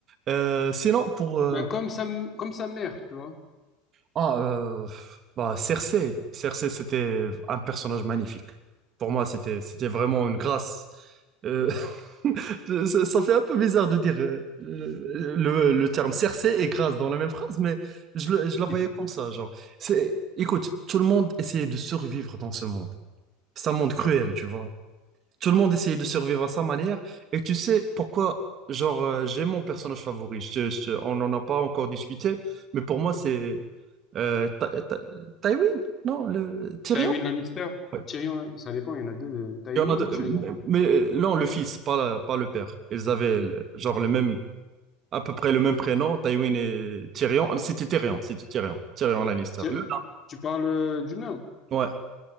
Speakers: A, on the right; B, on the left.
A: Euh, sinon, pour, euh,
B: Ben, comme sa, comme sa mère, tu vois.
A: Ah, euh, bah, Cersei. Cersei, c'était un personnage magnifique. Pour moi, c'était, c'était vraiment une grâce. Euh, <laughs> je- ça, ça fait un peu bizarre de dire euh, le, le terme Cersei et grâce dans la même phrase, mais je, le-
B: <laughs>
A: je la voyais comme ça, genre. C'est, écoute, tout le monde essayait de survivre dans ce monde. C'est un monde cruel, tu vois. Tout le monde essayait de survivre à sa manière. Et tu sais pourquoi, genre, euh, j'ai mon personnage favori. Je- je- on n'en a pas encore discuté, mais pour moi, c'est euh, Ty- Ty- Tywin, non, le Tyrion.
B: Tywin Lannister,
A: Ouais.
B: Tyrion, ça dépend, il y en a deux, de Tywin
A: Il y en a deux-
B: ou Tyrion.
A: mais mais, non, le fils, pas, la- pas le père. Ils avaient le- genre le même, à peu près le même prénom, Tywin et Tyrion. C'était Tyrion, c'était Tyrion, Tyrion Lannister.
B: Tu,
A: Le-
B: tu parles euh, du nain?
A: ouais,